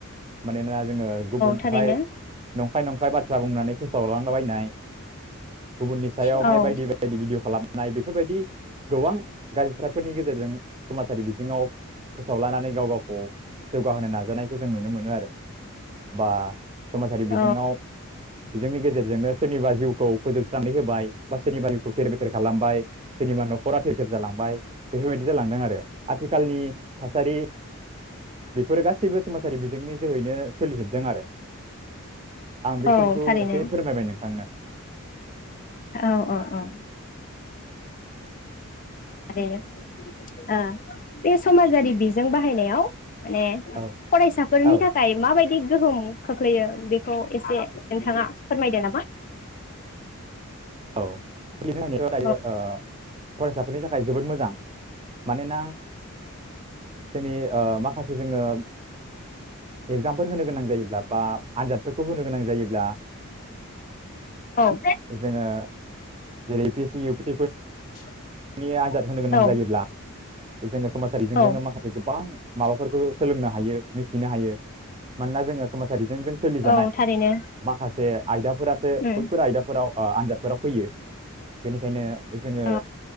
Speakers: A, on the right; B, on the left.
A: मानोना जोङो गुबुनखौहाय
B: थारैनो औ थारै
A: नंखाय नंखा बाथ्रा बुंनानै फोसावलांलाबायनाय गुबुननि सायावहाय
B: औ थारैनो औ
A: बायदि बायदि भिडिय' खालामनाय बेफोरबायदि गोबां गाज्रि सारफोरनि गेजेरजों समाजारि बिथिङाव फोसाव लानानै गाव गाव जौगाहोनो नाजानाय गो जों नुनो मोन आरो बा समाजारि
B: औ
A: बिजोङाव बिजोंनि गेजेरजोंनो सोरनिबा जिउखौ फोजोबस्रनानै होबाय बा सोरनिबा जिउखौ थेर बेथेर खालामबाय सोरनिबा न'खरा थेर थेर जालांबाय बेफोरबायदि जालांदों आरो आथिखालनि थासारि बेफोर गासिबो समाजारि बिजोंनि <unintelligible> सोलि जोबदों आरो आं बेखिनिखौ
B: औ थारैनो
A: एसे फोरमायबाय नोंथांनो
B: औ औ औ आरोे आ बे समाजारि बिजों बाहायनायाव माने
A: औ
B: फरायसाफोरनि
A: औ
B: थाखाय माबायदि गोहोम खोख्लैयो बेखौ एसे नोंथाङा फोरमायदो नामा
A: औ <unintelligible>
B: औ
A: दायो ओ फरायसाफोरनि थाखाय जोबोद मोजां मानोना जोंनि ओ माखासे जोङो एग्जामफोर होनो गोनां जायोब्ला बा आनजादफोरखौ होनो गोनां जायोब्ला
B: औ
A: जोङो जेरै पि सि इउ पि फोर
B: <inaudible>
A: नि आनजाद होनो गोनां
B: औ
A: जायोब्ला जोङो समाजारि <unintelligible>
B: औ
A: माखासे गोबां माबाफोरखौ सोलोंनो हायो मिथिनो हायो मानोना जोङो समाज सा बिजोंजों सोलिजानाय
B: औ थारैनो
A: माखासे आयदाफोरासो
B: उम
A: बैफोर आयदाफोराव आ आनजादफोराव फैयो बेनिखायनो जोङो
B: औ